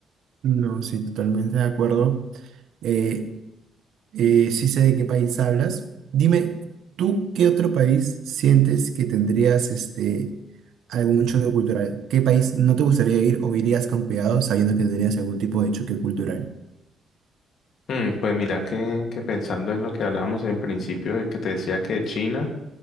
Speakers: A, on the right; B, on the left.
A: No, sí, totalmente de acuerdo. Eh, Eh, sí sé de qué país hablas. Dime, ¿tú qué otro país sientes que tendrías este algún choque cultural? ¿Qué país no te gustaría ir o irías con cuidado sabiendo que tendrías algún tipo de choque cultural?
B: Mm, Pues mira que, que pensando en lo que hablábamos en principio, de que te decía que China